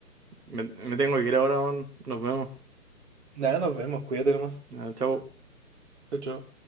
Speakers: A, on the right; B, on the right.
A: Me, me tengo que ir ahora, weón. Nos vemos.
B: Nada, nos vemos, cuídate nomás.
A: Ah, chao.
B: Chao, chao.